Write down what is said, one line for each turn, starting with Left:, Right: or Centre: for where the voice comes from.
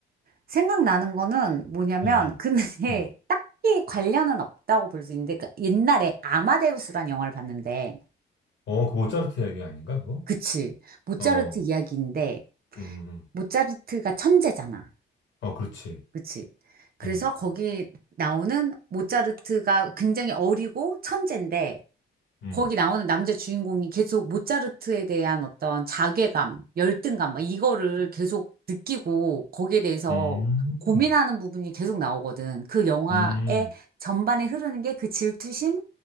Right: 생각나는 거는 뭐냐면,
Left: 음, 음,
Right: 근데 <laughs>
Left: 음.
Right: 딱히 관련은 없다고 볼 수 있는데, 그 옛날에 아마데우스란 영화를 봤는데,
Left: 어, 그 모차르트 이야기 아닌가, 그거?
Right: 그치. 모차르트
Left: 어,
Right: 이야기인데,
Left: 음, 음, 음.
Right: 모차르트가 천재잖아.
Left: 어, 그렇지.
Right: 그치. 그래서
Left: 음,
Right: 거기 나오는 모차르트가 굉장히 어리고 천재인데,
Left: 음,
Right: 거기 나오는 남자 주인공이 계속 모차르트에 대한 어떤 자괴감, 열등감, 막 이거를 계속 느끼고 거기에 대해서
Left: 음,
Right: 고민하는 부분이 계속 나오거든. 그 영화의
Left: 음,
Right: 전반에 흐르는 게 그 질투심,